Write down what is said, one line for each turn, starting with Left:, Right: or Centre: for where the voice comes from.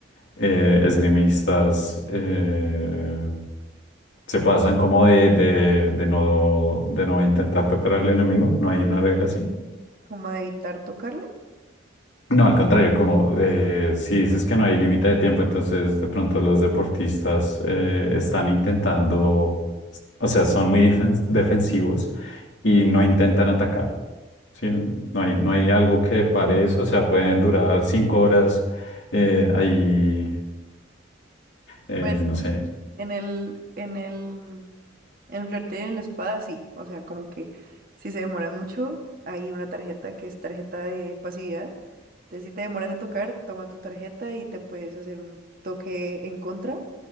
Left: eh, esgrimistas eh, se pasan como de, de, de no, de no intentar tocar al enemigo, no hay una regla así.
Right: Como de evitar tocarlo?
Left: No, al contrario, como eh, si dices que no hay límite de tiempo, entonces de pronto los deportistas eh, están intentando, o sea, son muy defen- defensivos y no intentan atacar, ¿sí? No hay, no hay algo que
Right: Mm,
Left: pare eso, o sea, pueden durar cinco horas eh, ahí, eh,
Right: Pues
Left: no sé.
Right: En el, en el, en el flirteo y en la espada, sí. O sea, como que si se demoran mucho, hay una tarjeta que es tarjeta de pasividad. Entonces, si te demoras en tocar, toma tu tarjeta y te puedes hacer un toque en contra